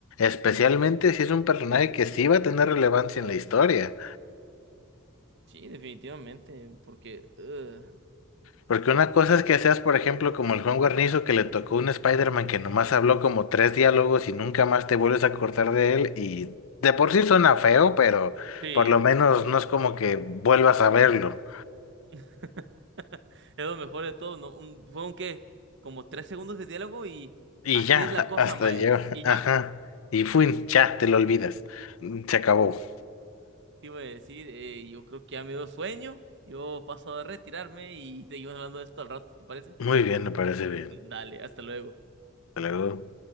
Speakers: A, on the left; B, on the right.
A: especialmente si es un personaje que sí va a tener relevancia en la historia.
B: Sí, definitivamente, porque ugh,
A: Porque una cosa es que seas, por ejemplo, como el Juan Guarnizo que le tocó un Spider-Man que nomás habló como tres diálogos y nunca más te vuelves a acordar de él. Y de por sí suena feo, pero
B: sí,
A: por lo menos no es como que vuelvas a verlo.
B: <laughs> es lo mejor de todo, ¿no? Un- fueron qué, como tres segundos de diálogo y
A: Y
B: así
A: ya,
B: es la cosa,
A: <laughs> hasta
B: Miles.
A: llega.
B: Y ya,
A: Ajá. Y fui, ya, te lo olvidas. Se acabó.
B: te iba a decir, eh, yo creo que ya me dio sueño, yo paso a retirarme y seguimos hablando de esto al rato, ¿te parece?
A: Muy bien, me parece bien.
B: Dale, hasta luego.
A: Hasta luego.